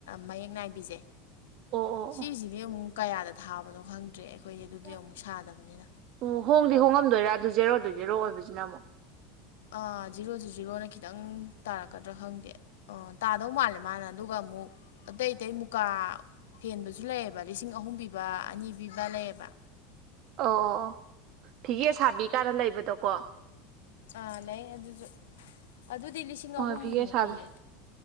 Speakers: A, on the left; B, on the right.
A: ꯃꯌꯦꯛ ꯅꯥꯏꯕꯤꯁꯦ
B: ꯑꯣ
A: ꯁꯤꯁꯤꯗꯤ
B: ꯑꯣ
A: ꯑꯃꯨꯛ ꯀꯌꯥꯗ ꯊꯥꯕꯅꯣ ꯈꯪꯗ꯭ꯔꯦ ꯑꯩꯈꯣꯏꯗꯤ ꯑꯗꯨꯗꯤ
B: ꯑꯣ
A: ꯑꯃꯨꯛ ꯁꯥꯗꯕꯅꯤꯅ
B: ꯑꯣ ꯍꯣꯡꯗꯤ ꯍꯣꯡꯉꯝꯗꯣꯏꯔꯥ ꯑꯗꯨ ꯖꯦꯔꯣꯗ ꯖꯦꯔꯣ ꯑꯣꯏꯕꯁꯤꯅ ꯑꯃꯨꯛ
A: ꯑꯥ ꯖꯤꯔꯣꯗ ꯖꯤꯔꯣꯅ ꯈꯤꯇꯪ ꯇꯥꯔꯛꯀꯗ꯭ꯔꯥ ꯈꯪꯗꯦ ꯑꯣ ꯇꯥꯗꯧ ꯃꯥꯜꯂꯦ ꯃꯥꯅ ꯑꯗꯨꯒ ꯑꯃꯨꯛ ꯑꯇꯩ ꯑꯇꯩ ꯃꯨꯀꯥ ꯐꯦꯟꯕꯁꯨ ꯂꯩꯌꯦꯕ ꯂꯤꯁꯤꯡ ꯑꯍꯨꯝ ꯄꯤꯕ ꯑꯅꯤ ꯄꯤꯕ ꯂꯩꯌꯦꯕ
B: ꯑꯣ ꯑꯣ ꯑꯣ ꯐꯤꯒꯦ ꯁꯥꯕꯤ ꯀꯥꯟꯅ ꯂꯩꯕꯗꯣꯀꯣ
A: ꯑꯥ ꯂꯩ ꯑꯗꯨꯁꯨ ꯑꯗꯨꯗꯤ ꯂꯤꯁꯤꯡ
B: ꯍꯣꯏ
A: ꯑꯍꯨꯝꯃꯨꯛ
B: ꯐꯤꯒꯦ ꯁꯥꯕꯤ
A: ꯄꯤꯌꯦ